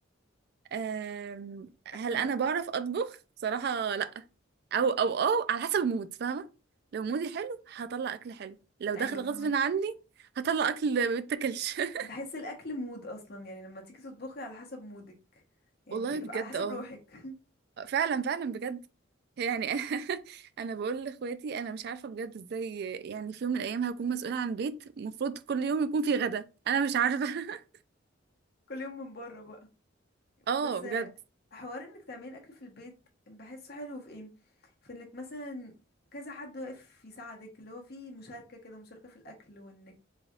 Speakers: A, on the right; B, on the left.
A: أم، هل
B: أ- انا
A: انا بعرف اطبخ صراحة لا او او او على حسب المود فاهمة لو مودي حلو هطلع اكل حلو لو داخل
B: ايوه
A: غصب
B: فاهمك
A: عني هطلع اكل متاكلش <laughs>
B: بحس الاكل مود اصلا يعني لما تيجي تطبخي على حسب مودك يعني
A: والله بجد
B: على حسب
A: اه
B: روحك
A: فعلا فعلا بجد يعني <laughs> انا بقول لاخواتي انا مش عارفه بجد ازاي يعني في يوم من الايام هكون مسؤوله عن بيت المفروض كل يوم يكون فيه غدا انا
B: <laughs>
A: مش عارفه <laughs>
B: كل يوم من بره بقى بس
A: اه بجد
B: حوار انك تعملي اكل في البيت بحسه حلو في ايه في انك مثلا كذا حد واقف يساعدك اللي هو في مشاركة كده مشاركة في الاكل وانك